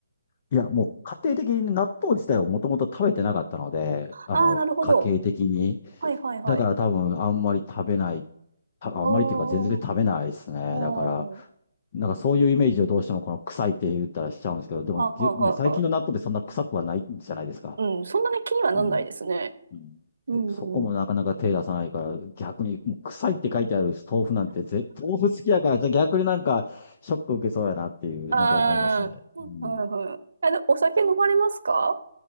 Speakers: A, on the left; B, on the right.
A: いや、もう家庭的に納豆自体をもともと食べてなかったので、あの、
B: ああ、なるほど。
A: 家計的に。
B: はいはいはい。
A: だから多分あんまり食べない、たあんまりっていうか全然食べないですね。
B: あーあー、
A: だから、なんかそういうイメージをどうしてもこの臭いって言ったらしちゃうんですけど、でも、
B: あ、
A: ぎね、
B: はいはいはい。
A: 最近の納豆ってそんな臭くはないじゃないですか。
B: うん、そんなに気にはなんないですね。
A: うん。うんそこもなかなか手出さないから、
B: うんうん。
A: 逆にもう臭いって書いてある豆腐なんてぜ、豆腐好きだから、じゃあ逆になんかショック受けそうやなっていう、
B: ああ、
A: なんか思いますね。うん。
B: はいはい。あの、お酒飲まれますか